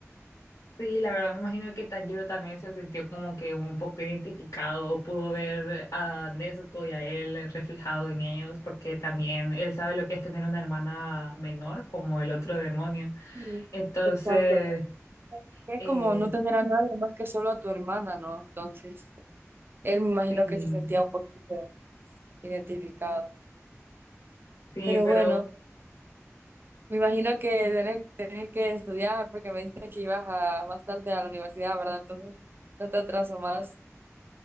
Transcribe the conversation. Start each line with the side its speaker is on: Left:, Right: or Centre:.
Left: Sí, la verdad me imagino que Tanjiro también se sintió como que un poco identificado, o pudo ver a Nezuko y a él reflejado en ellos, porque también él sabe lo que es tener una hermana menor, como el otro demonio.
Right: Mm,
Left: Entonces,
Right: Exacto. Es
Left: eh,
Right: como no tener a nadie más que solo a tu hermana, ¿no? Entonces, él me imagino
Left: sí,
Right: que se sentía un poquito identificado.
Left: sí,
Right: Pero
Left: pero
Right: bueno. Me imagino que tenés, tenés que estudiar porque me dijiste que ibas a, bastante a la universidad, ¿verdad? Entonces, no te atraso más.